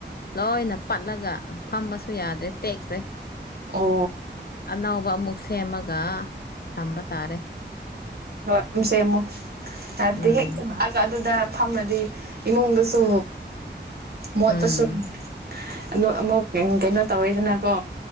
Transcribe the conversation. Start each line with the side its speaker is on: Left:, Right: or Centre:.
Left: ꯂꯣꯏꯅ ꯄꯠꯂꯒ ꯐꯝꯕꯁꯨ ꯌꯥꯗ꯭ꯔꯦ ꯇꯦꯛꯈ꯭ꯔꯦ
Right: ꯑꯣ
Left: ꯑꯅꯧꯕ ꯑꯃꯨꯛ ꯁꯦꯝꯃꯒ ꯊꯝꯕ ꯇꯥꯔꯦ
Right: ꯍꯣꯏ ꯑꯗꯨꯝ ꯁꯦꯝꯃꯨ ꯍꯥꯏꯕꯗꯤ
Left: ꯎꯝ
Right: ꯍꯦꯛ ꯆꯪꯂꯑꯒ ꯑꯗꯨꯗ ꯊꯝꯃꯗꯤ ꯏꯃꯨꯡꯗꯁꯨ ꯃꯣꯠꯇꯁꯨ
Left: ꯎꯝ
Right: ꯑꯗꯨ ꯑꯃꯨꯛ ꯀꯩꯅꯣ ꯇꯧꯋꯤꯗꯅꯀꯣ